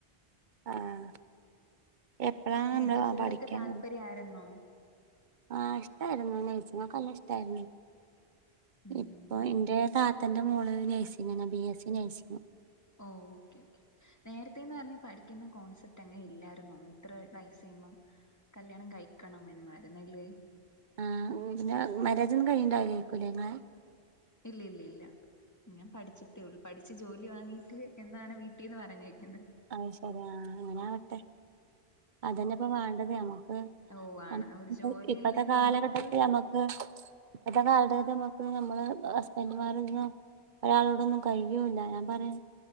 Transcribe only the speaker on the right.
ആഹ് എപ്പഴാണ്
നമ്മള്
പഠിക്കാൻ
ആഹ് ഇഷ്ടായിരുന്നു നെയ്‌സിങ്ങൊക്കല്ല ഇഷ്ടായിരുന്നെ
ഇപ്പൊ എന്റെ ത തന്റെ മോള് നഴ്സിങ്ന ബി എസ് സി നഴ്സിംഗ്
ആ ഉ പിന്നെ മാരേജൊന്നും കഴിണ്ടാവ് ലെയ്ക്കുലെ ങ്ങളെ
അഹ് ശരിയാ അങ്ങനെ ആവട്ടെ അതന്നെ പ്പൊ വേണ്ടത് നമ്മുക്ക്
അം
പ ഇപ്പത്തെ കാലഘട്ടത്തി
അമ്മക്ക് ഇപ്പത്തെ കാലഘകത്ത് നമ്മക്ക് നമ്മള് ഹസ്ബൻഡുമാരൊന്നും ഒരാളോടൊന്നും കഴിയൂല്ല ഞാൻ പറയുന